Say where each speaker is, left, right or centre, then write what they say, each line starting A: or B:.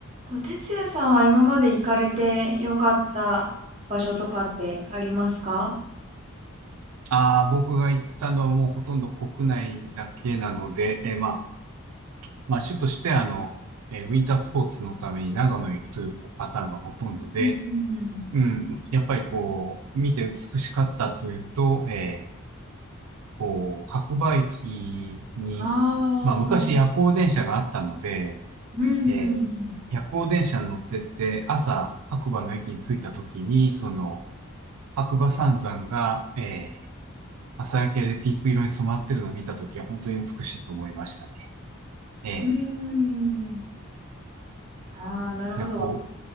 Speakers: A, on the right (about 30°); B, on the right (about 80°).
A: と、哲也さんは今まで行かれてよかった場所とかってありますか
B: ああ、僕が行ったのはもうほとんど国内だけなので、えーまあ、まあ、主としてあの、えーウィンタースポーツのために長野へ行くというパターンがほとんどで、
A: うんうんうん。
B: うん、やっぱりこう、見て美しかったというと、えーこう、白馬駅に、
A: ああ、
B: まあ、昔夜行電車があったので、
A: うんうんうん。
B: えー夜行電車に乗ってって、朝、白馬の駅に着いた時に、その、白馬三山が、えー朝焼けでピンク色に染まってるのを見たときは本当に美しいと思いましたね。ええ
A: うーん。ああ、なるほど。
B: で、こ